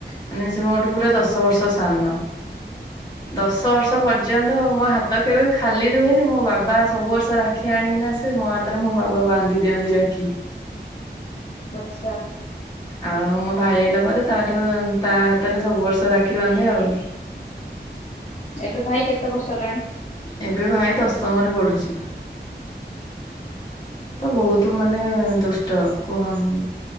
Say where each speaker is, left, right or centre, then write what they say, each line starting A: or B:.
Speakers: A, on the left; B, on the left.
A: ମାନେ ସେମୋଠୁ ପୁରା ଦଶ ବର୍ଷ ସାନ ଦଶ ବର୍ଷ ପର୍ ପର୍ଯ୍ୟନ୍ତ ମୋହାତ କେବେ ଖାଲି ରୁହେନି ମୋ ବାବା ସବୁ ବର୍ଷ ରାକ୍ଷୀ ଆଣିକିନା ସେମୋ ହାତ ତରେ ମବାବା ବା ଆନ୍ଧି ଦିଅନ୍ତି ରାଖୀ।
B: ଆଚ୍ଛା।
A: ଆଉ ମୋଭାଇ ହେଲା ପରେ ତାଠୁ ତାହାତରେ ସବୁ ବର୍ଷ ରାକ୍ଷୀ ବାନ୍ଧେ ଆଉ।
B: ଏବେ ଭାଇ କେତେ ବର୍ଷ ହେଲାଣି?
A: ଏବେ ଭାଇ ଦଶମରେ ପଢୁଛି। ତବହୁତ ମାନେ ଦୁଷ୍ଟ କୁହନ୍